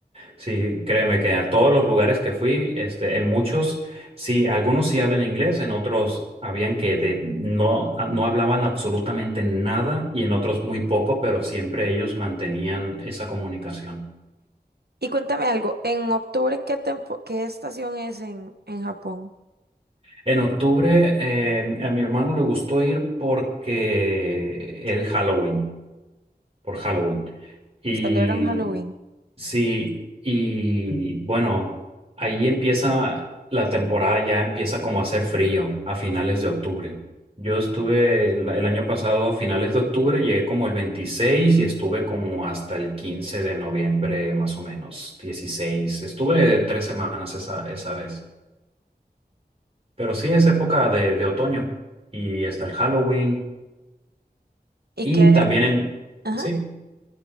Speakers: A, on the right; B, on the right.
A: Sí, créeme que a todos los lugares que fui, este, en muchos, sí, algunos sí hablan inglés, en otros habían que de, no, a- no hablaban absolutamente nada y en otros muy poco, pero siempre ellos mantenían esa comunicación.
B: Y cuéntame algo, ¿en octubre qué tempo, qué estación es en, en Japón?
A: En octubre, eh, a mi hermano le gustó ir porque el Halloween, por Halloween. Y
B: Celebran Halloween.
A: Sí, y bueno, ahí empieza la temporada, ya empieza como a hacer frío a finales de octubre. Yo estuve el, el año pasado a finales de octubre, llegué como el 26 y estuve como hasta el 15 de noviembre, más o menos, dieciséis Estuve tres semanas esa, esa vez. Pero sí es época de, de otoño y está el Halloween
B: Y
A: y
B: que,
A: también en...
B: ajá.
A: Sí.